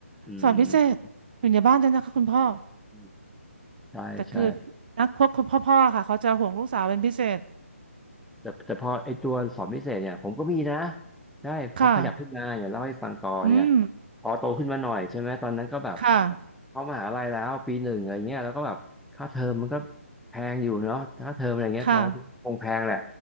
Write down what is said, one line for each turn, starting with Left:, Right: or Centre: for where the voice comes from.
Centre: อืม
Right: สอนพิเศษอยู่ในบ้านด้วยนะคะคุณพ่อ
Centre: อืมใช่ใช่
Right: แต่คือนักพวกคุณพ่อๆค่ะเขาจะห่วงลูกสาวเป็นพิเศษ
Centre: แต่แต่พอไอตัวสอบพิเศษเนี่ยผมก็มีนะใช่พอขยับขึ้นมาอย่าเล่าให้ฟังต่อเนี่ย
Right: ค่ะอืม
Centre: พอโตขึ้นมาหน่อยใช่ไหมตอนนั้นก็แบบ
Right: ค่ะ
Centre: เข้ามหาลัยแล้วปีหนึ่งอะไรเงี้ยแล้วก็แบบค่าเทอมมันก็แพงอยู่เนาะค่าเทอมอะไรเงี้ยเราคงแพงแหละ
Right: ค่ะ